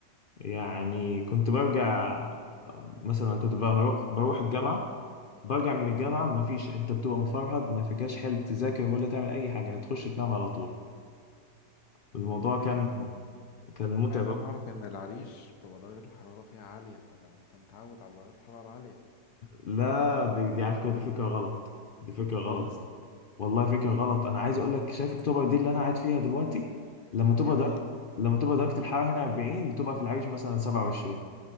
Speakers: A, on the left (about 85°); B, on the left (about 70°).
A: يعني كنت برجع مثلا كنت بروح بروح الجامعة برجع من الجامعة ما فيش أنت بتبقى مفرهد ما فيكاش حل تذاكر ولا تعمل أي حاجة تخش تنام على طول الموضوع كان
B: ايوه
A: كان متعب
B: مع ان انا اعرف ان العريش بتبقى درجة الحرارة فيها عالية فانت متعود على درجات الحرارة العالية
A: لا دي دي على فكرة دي فكرة غلط دي فكرة غلط
B: خالص
A: والله فكرة غلط أنا عايز أقول لك شايف أكتوبر دي اللي أنا قاعد فيها دلوقتي لما تبقى
B: جميل
A: در... لما تبقى درجة الحرارة هنا 40 بتبقى في العريش مثلا 27